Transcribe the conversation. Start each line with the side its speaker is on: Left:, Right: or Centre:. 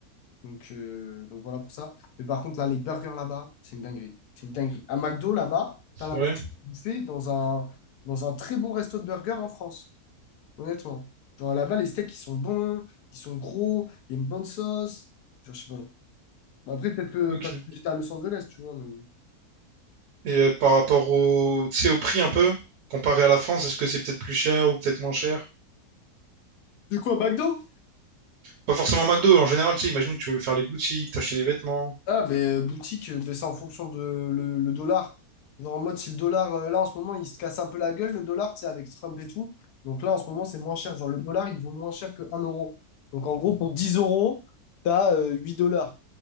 Left: Donc, euh, donc voilà pour ça. Mais par contre, là, les burgers là-bas, c'est une dinguerie. C'est une dinguerie. À McDo, là-bas,
Right: c'est
Left: t'as l'impression
Right: vrai,
Left: de bouffer dans un, dans un très bon resto de burgers en France. Honnêtement. Genre là-bas, les steaks, ils sont bons, ils sont gros, il y a une bonne sauce. Genre, je sais pas. Bon, Après, peut-être que
Right: ok.
Left: parce que j'étais à Los Angeles, tu vois. mais-
Right: Et euh, par rapport au, tu sais, au prix un peu, comparé à la France, est-ce que c'est peut-être plus cher ou peut-être moins cher?
Left: De quoi, McDo?
Right: Pas forcément McDo, en général, tu sais, imaginons que tu veux faire les boutiques, t'acheter des vêtements.
Left: Ah, ben, euh, boutique, euh, ben, c'est en fonction de le, le dollar. Genre, en mode, si le dollar, euh, là, en ce moment, il se casse un peu la gueule, le dollar, tu sais, avec Trump et tout. Donc là, en ce moment, c'est moins cher. Genre, le dollar, il vaut moins cher que un euro. Donc, en gros, pour 10 euros, t'as as 8 dollars.